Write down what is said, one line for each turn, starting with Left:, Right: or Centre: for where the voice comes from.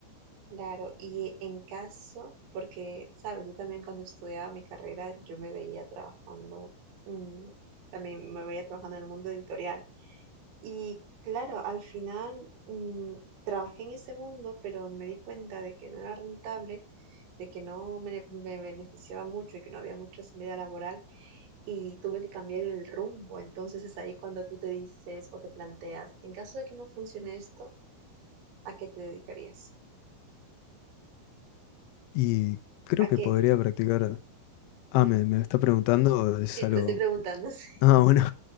Right: Claro, y en caso, porque, sabes, yo también cuando estudiaba mi carrera, yo me veía trabajando, mm, también me veía trabajando en el mundo editorial. Y claro, al final mm, trabajé en ese mundo, pero me di cuenta de que no era rentable, de que no me, me beneficiaba mucho y que no había mucha salida laboral y tuve que cambiar el rumbo. Entonces es ahí cuando tú te dices o te planteas, en caso de que no funcione esto, ¿a qué te dedicarías?
Left: Y creo
Right: ¿A
Left: que
Right: qué?
Left: podría practicar. Ah,
Right: Dime.
Left: me, me está preguntando, es
Right: Sí,
Left: algo.
Right: te lo estoy preguntando. <laughs> sí.
Left: Ah, bueno.